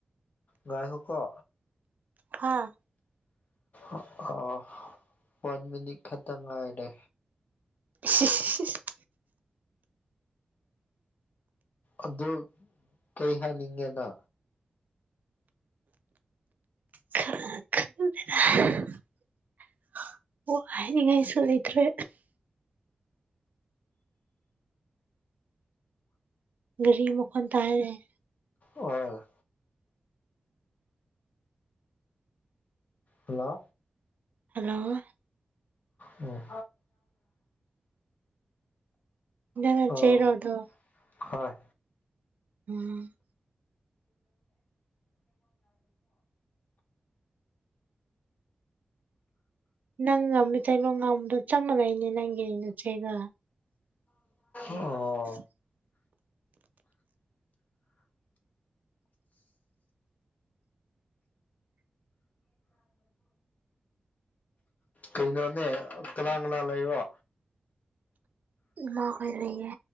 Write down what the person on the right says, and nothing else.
ꯍꯥ ꯑꯣ
<unintelligible> <inaudible>
<unintelligible> ꯈꯔ <unintelligible> <unintelligible> ꯋꯥ ꯍꯥꯏꯅꯤꯡꯉꯥꯏꯁꯨ ꯂꯩꯇ꯭ꯔꯦ ꯒꯔꯤ ꯃꯈꯣꯟ ꯇꯥꯔꯦ <unintelligible>
ꯍꯜꯂꯣ
ꯅꯪꯅꯆꯦꯔꯣ
ꯑꯗꯨꯣ
ꯎꯝ <unintelligible> ꯅꯪ ꯉꯝꯃꯤ ꯇꯩꯅꯣ <unintelligible> ꯉꯝꯕꯗꯣ ꯆꯞ ꯃꯥꯟꯅꯩꯅꯦ ꯅꯪꯒꯤ ꯅꯆꯩꯒ
<unintelligible>
ꯃꯥ ꯑꯣꯏ <unintelligible> ꯌꯦ